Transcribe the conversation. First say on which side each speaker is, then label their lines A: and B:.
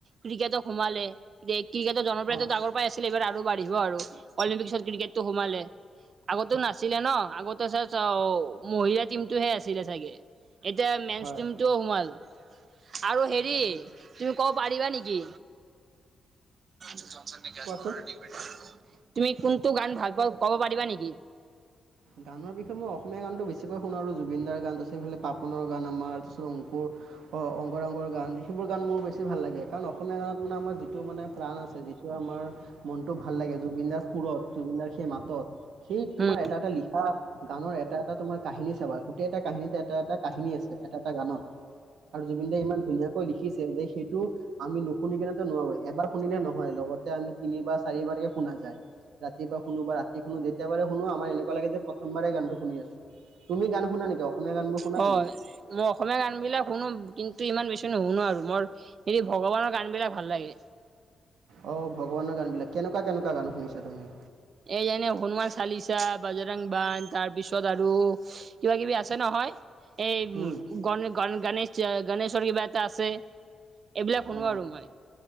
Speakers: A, on the right; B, on the right.
A: ক্ৰিকেটক সোমালে। এ ক্ৰিকেটৰ জনপ্ৰিয়তাটো
B: অ
A: আগৰ পৰাই আছিলে এইবাৰ আৰু বাঢ়িব আৰু অলিম্পিকসত ক্ৰিকেটো সোমালে। আগতে নাছিলে ন, আগতে চা চ মহিলা টিমটোহে আছিলে চাগে। এতিয়া মে
B: হয়
A: টিমটো সোমাল আৰু হেৰি
B: তাকে
A: তুমি ক'ব পাৰিবা নেকি <unintelligible>
B: কোৱাচোন।
A: তুমি কোনটো গান ভাল পাওঁ ক'ব পাৰিবা নেকি?
B: গানৰ বিষয়ে মই অসমীয়া গানটো বেছিকৈ শুনো, জুবিনদাৰ গান আছে, এইফালে পাপনৰ গান আমাৰ তাৰপিছত অংকুৰ অ অংগৰা অংগৰ গান সেইবোৰ গান মোৰ বেছ ছি ভাল লাগে কাৰণ অসমীয়া গানত মানে আমাৰ যিটো মানে প্ৰাণ আছে যিটো আমাৰ মনটো ভাল লাগে জুবিন দাৰ সুৰত জুবিনদাৰ সেই মাতত সেই তোমাৰ
A: উম
B: এটা এটা লিখ খা গানৰ এটা এটা তোমাৰ কাহিনী চাবা গোটেই এটা কাহিনীতে এটা এটা কাহিনী আছে এটা এটা গানত। আৰু জুবিনদে ইমান ধুনীয়াকৈ লিখিছে যে সেইটো আমি নুশুনিগিনেটো নোৱাৰো এবাৰ শুনিলে নহয় লগত তে আমি তিনিবাৰ চাৰিবাৰ কে শুনা যায় ৰাতিপুৱা শুনো বা ৰাতি শুনো যেতিয়া বাৰে শুনো আমাৰ এনেকুৱা লাগে যে প্ৰথমবাৰেই গানটো শুনি আছো। তুমি গান শুনা নেকি অসমীয়া গানবোৰ শুনা
A: হয়
B: তুমি?
A: মই অসমীয়া গানবিলাক শুনো কিন্তু ইমান বেছি নুশুনো আৰু মৰ সেই ভগৱানৰ গানবিলাক ভাল লাগে।
B: অ ভগৱানৰ গানবিলাক কেনেকুৱা কেনেকুৱা গান শুনিছা তুমি?
A: এই যেনে হনুমান চালিচা, বাজৰাং বান্ধ তাৰপিছত আৰু কিবা কিবি আছে নহয়। এই
B: উম
A: গণ গ গণেশ গণেশৰ কিবা এটা আছে। এইবিলাক শুনো
B: অ
A: আৰু মই।